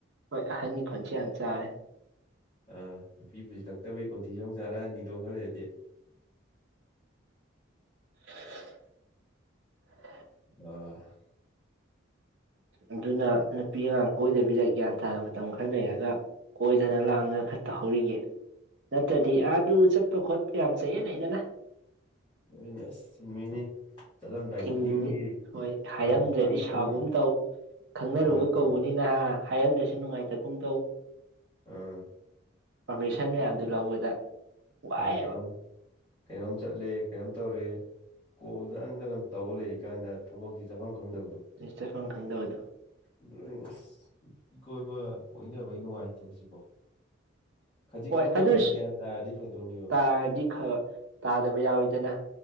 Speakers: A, on the right; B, on the left.
A: ꯍꯣꯏ ꯑꯍꯟꯒꯤ ꯈꫭꯟꯊꯤ ꯌꯥꯝ ꯆꯥꯔꯦ
B: ꯑꯥ ꯅꯨꯄꯤ ꯄꯨꯁꯤꯜꯂꯛꯇꯕꯩ ꯀꯣꯟꯊꯤ ꯆꯣꯡ ꯆꯥꯔꯛꯑꯅꯤꯗꯣ ꯈꯜꯂꯗꯤ <inaudible>
A: <unintelligible>
B: ꯑ
A: ꯑꯗꯨꯅ ꯅꯨꯄꯤ ꯑꯉꯥꯡ ꯀꯣꯏꯗꯕꯤꯗ ꯒ꯭ꯌꯥꯟ ꯇꯥꯅ ꯃꯇꯝ ꯈꯔ ꯂꯩꯔꯒ ꯀꯣꯏꯗꯅ ꯂꯥꯟꯗꯅ ꯈꯠꯇ ꯍꯧꯧꯔꯤꯒꯦ ꯅꯠꯇ꯭ꯔꯗꯤ ꯑꯥ ꯑꯗꯨ ꯆꯠꯄ ꯈꯣꯠꯄ ꯌꯥꯝ ꯆꯠꯑꯦꯅ ꯑꯩꯗꯅ
B: ꯂꯅꯦ ꯑꯁ ꯆꯨꯝꯃꯤꯅꯦ ꯆꯠꯂꯝꯗꯥꯏ
A: ꯊꯤꯡꯅꯤ
B: ꯈꯨꯗꯤꯡꯒꯤ
A: ꯍꯣꯏ ꯍꯥꯏꯔꯝꯗ꯭ꯔꯗꯤ
B: ꯄꯥꯔꯃꯤ ꯄꯥꯔꯃꯤꯁꯟ
A: ꯁꯥꯒꯨꯝ ꯇꯧ ꯈꯪꯅꯔꯨꯕ
B: ꯍꯣꯏ ꯄꯥ
A: ꯀꯧꯕꯅꯤ ꯅꯍꯥ ꯍꯥꯏꯔꯝꯗ꯭ꯔꯁꯨ ꯅꯨꯡꯉꯥꯏꯇꯒꯨꯝ ꯇꯧ
B: ꯑꯥ
A: ꯄꯥꯔꯃꯤꯁꯟ ꯃꯌꯥꯝꯗꯨ ꯂꯧꯕꯗ
B: ꯑ
A: ꯋꯥꯏꯑꯦꯕ
B: ꯀꯩꯅꯣꯝ ꯀꯩꯅꯣꯝ ꯆꯠꯂꯦ ꯀꯩꯅꯣꯝ ꯇꯧꯔꯦ ꯀꯣꯜꯗꯪꯗ ꯑꯗꯨ ꯇꯧꯔ ꯂꯩꯔꯤꯀꯥꯟꯗ ꯊꯕꯛꯁꯤ ꯆꯥꯐꯝ ꯈꯪꯗꯕꯗꯣ
A: ꯆꯠꯐꯝ ꯈꯪꯗꯕꯗꯣ
B: ꯑꯗꯨ ꯑꯁ ꯏꯀꯣꯏꯕ ꯀꯣꯏꯅꯕꯒꯤ ꯅꯨꯡꯉꯥꯏꯇꯧꯁꯤꯀꯣ ꯈꯖꯤꯛ
A: ꯍꯣꯏ
B: ꯅꯥꯡꯅꯕꯗ
A: ꯑꯗꯨꯁꯨ
B: ꯒ꯭ꯌꯥꯟ ꯇꯥꯔꯗꯤ ꯐꯗꯧꯅꯦꯕ
A: ꯇꯥꯔꯗꯤ ꯇꯥꯗꯕ ꯌꯥꯎꯋꯤꯗꯅ